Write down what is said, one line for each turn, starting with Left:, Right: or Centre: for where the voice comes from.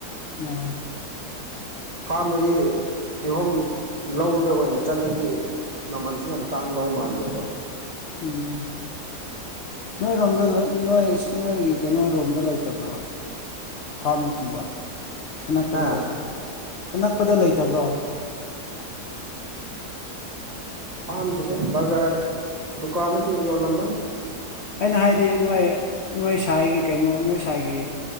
Left: ꯃ
Right: ꯐꯥꯔꯝꯗꯗꯤ ꯀꯤꯍꯣꯝ ꯂꯧꯗ ꯑꯣꯏꯅ ꯆꯠꯂꯗꯤ ꯃꯃꯜꯁꯨ ꯌꯥꯝ ꯇꯥꯡꯗꯧ ꯃꯥꯟꯗꯦꯕ
Left: ꯎꯝ ꯅꯣꯏꯔꯣꯝꯗ ꯅꯣꯏ ꯅꯣꯏꯒꯤ ꯀꯩꯅꯣꯔꯣꯝꯗ ꯂꯩꯇꯕ꯭ꯔꯣ ꯐꯥꯃꯨꯡꯒꯨꯝꯕ ꯑꯅꯛꯄꯗ
Right: ꯍꯥ
Left: ꯂꯩꯇꯕ꯭ꯔꯥ ꯑꯅꯛꯄꯗ ꯂꯩꯇꯕ꯭ꯔꯣ
Right: ꯐꯥꯔꯝꯁꯤꯗꯤ ꯕꯖꯥꯔ ꯗꯨꯀꯥꯟꯗꯗꯤ ꯌꯣꯜꯂꯝꯃꯅꯤ
Left: ꯑꯩꯅ ꯍꯥꯏꯗꯤ ꯅꯣꯏ ꯅꯣꯏ ꯁ꯭ꯋꯥꯏꯒꯤ ꯀꯩꯅꯣ ꯅꯣꯏ ꯁ꯭ꯋꯥꯒꯤ